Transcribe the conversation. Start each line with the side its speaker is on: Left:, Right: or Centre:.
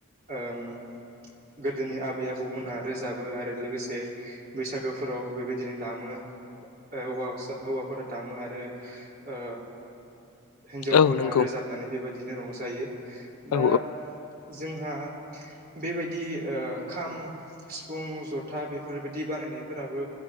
Right: ओम गोदोनि आबै आबौमोनहा रोजाबो आरो लोगोसे बैसागोफोराव बेबायदिनो दामो। ओ हौवासा हौवाफोरा दामो आरो ओ हिनजावफोरा
Left: औ नंगौ
Right: रोजाबनानै बेबायदिनो रंजायो दा
Left: औ
Right: जोंहा बेबायदि ओ खाम सिफुं जथा बेफोरबायदि बानायनाय फोराबो